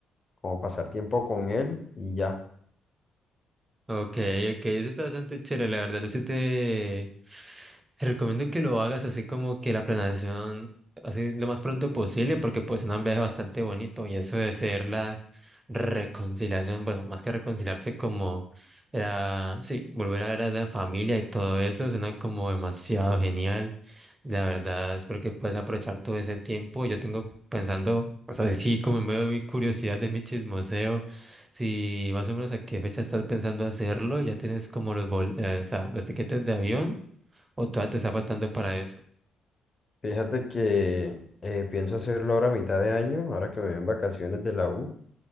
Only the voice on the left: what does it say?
como pasar tiempo con él y ya.
Fíjate que eh, pienso hacerlo ahora a mitad de año, ahora que me ven vacaciones de la U.